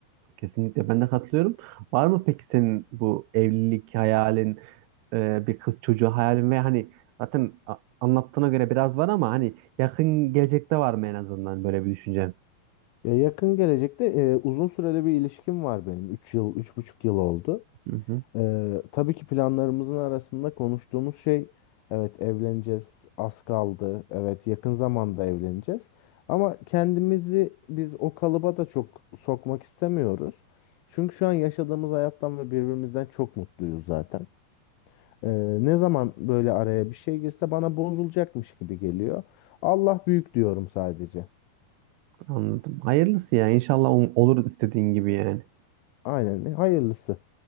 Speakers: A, on the right; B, on the left.
A: Kesinlikle ben de katılıyorum. Var mı peki senin bu evlilik hayalin, e, bir kız çocuğu hayalin ve hani zaten a- anlattığına göre biraz var ama hani yakın gelecekte var mı en azından böyle bir düşüncen?
B: E, yakın gelecekte e, uzun süreli bir ilişkim var benim. 3 yıl, üç buçuk yıl oldu.
A: Hı hı,
B: Ee, tabii ki planlarımızın arasında konuştuğumuz şey evet evleneceğiz az kaldı evet yakın zamanda evleneceğiz ama kendimizi biz o kalıba da çok sokmak istemiyoruz. Çünkü şu an yaşadığımız hayattan ve birbirimizden çok mutluyuz zaten. Ee, ne zaman böyle araya bir şey girse bana bozulacakmış gibi geliyor. Allah büyük diyorum sadece.
A: anladım. Hayırlısı ya. İnşallah ol- olur istediğin gibi yani.
B: Aynen hayırlısı.